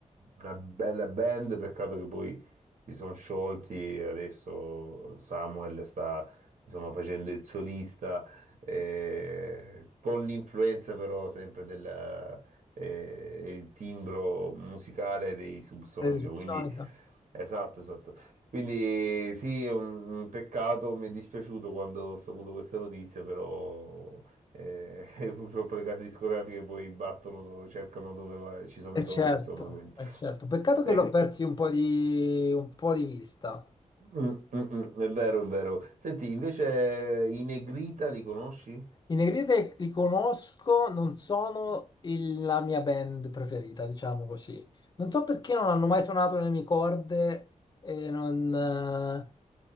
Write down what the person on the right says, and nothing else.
una bella band, peccato che poi si sono sciolti, adesso Samuel sta insomma facendo il solista, eh, con l'influenza però sempre del eh, il timbro musicale dei Subsonica,
quindi esatto, esatto. Quindi sì, è un, un peccato, mi è dispiaciuto quando ho saputo questa notizia, però eh, <laughs> purtroppo le case discografiche poi battono, dove- cercano dove va- ci sono
i soldi,
insomma, quindi...
Eh,
mm, mm, mm, è vero, è vero. Senti, invece i Negrita li conosci?